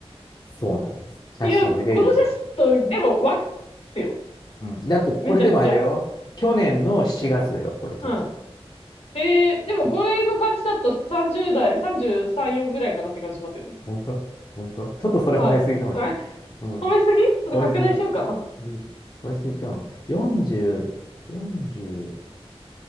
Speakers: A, on the left; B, on the left.
A: そうなんです。写真を入れるようにしました。
B: いや、この写真と、でも、若いですよ。
A: うん。だってこれでもあれだよ。
B: めちゃくちゃ。
A: 去年の7月だよ、これ撮ったの。
B: うんえーでもこれの感じだと30代、
A: うん
B: 33、4ぐらいかなって感じしますよ。
A: 本当本当ちょっとそれ褒めすぎかもしれない。
B: はい。あれ
A: うん
B: 褒めすぎちょっと拡大しようかな。
A: 美味しいよね。うん美味しぎかも。40、40、